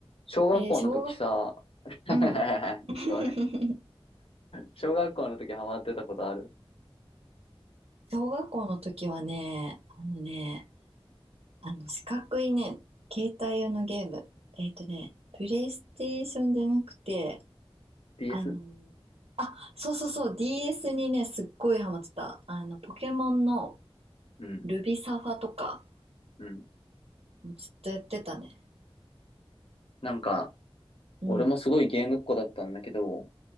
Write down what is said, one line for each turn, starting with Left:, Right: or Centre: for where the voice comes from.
Left: 小学校の時さ、
Right: えー小学、
Left: <laughs>
Right: うん。<laughs>
Left: ごめん。小学校の時ハマってたことある
Right: 小学校の時はね、あのね、あの四角いね、携帯用のゲーム。えっとね、プレイステーションじゃなくて、
Left: ?DS?
Right: あの、あ、そうそうそう、DS にね、すっごいハマってた。あの、ポケモンの
Left: うん、
Right: ルビサファとか、
Left: うん。
Right: もうずっとやってたね。
Left: なんか、
Right: うん。
Left: 俺もすごいゲームっ子だったんだけど、